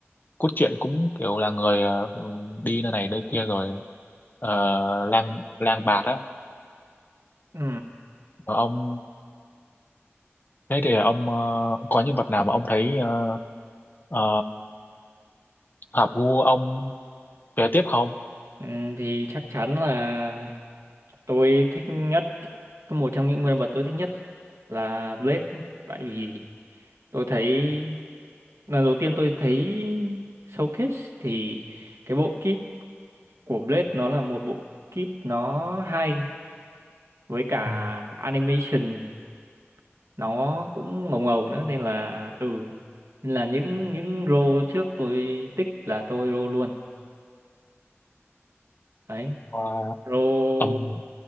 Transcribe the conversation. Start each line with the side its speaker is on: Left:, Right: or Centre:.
Left: Cốt truyện cũng kiểu là người ờ, ừ, đi nơi này nơi kia rồi ờ, lang lang bạt á.
Right: Ừ.
Left: Mà ông thế thì ông ờ, có nhân vật nào mà ông thấy ờ, ờ, hợp gu ông kế tiếp không?
Right: Ừ, thì chắc chắn là tôi thích nhất một trong những nhân vật tôi thích nhất là Blade tại vì tôi thấy lần đầu tiên tôi thấy Showcase thì cái bộ kit của Blade nó là một bộ kit nó hay với cả
Left: Ừ.
Right: animation nó cũng ngầu ngầu nữa nên là ừ nên là những những role trước tôi tích là tôi role luôn đấy
Left: Ờ,
Right: role
Left: ông